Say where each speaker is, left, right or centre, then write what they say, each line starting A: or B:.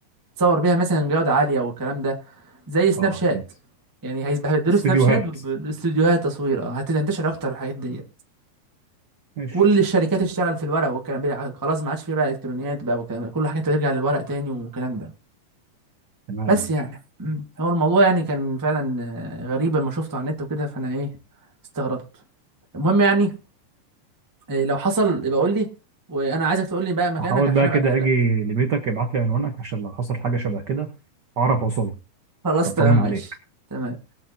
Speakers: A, on the right; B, on the right.
A: تصور بيها مثلا جودة عالية والكلام ده زي سناب
B: اه
A: شات
B: فهمت
A: يعني هيس- هيديله
B: استديوهات
A: سناب شات بالاستوديوهات تصوير اه هتنتشر اكتر الحاجات ديت
B: ماشي
A: كل الشركات تشتغل في الورق والكلام ده خلاص ما عادش فيه بقى الكترونيات بقى والكلام ده كل حاجة ترجع للورق تاني والكلام ده
B: تمام
A: بس
B: ماشي
A: يعني مم. هو الموضوع يعني كان فعلا آه، غريب لما شفته على النت وكده فانا ايه استغربت المهم يعني آه، لو حصل يبقى قول لي وانا عايزك تقول لي بقى مكانك
B: هحاول
A: عشان
B: بقى
A: ابقى
B: كده
A: جاي لك
B: اجي لبيتك ابعت لي عنوانك عشان لو حصل حاجة شبه كده اعرف اوصل لك
A: خلاص تمام
B: اطمن عليك
A: ماشي تمام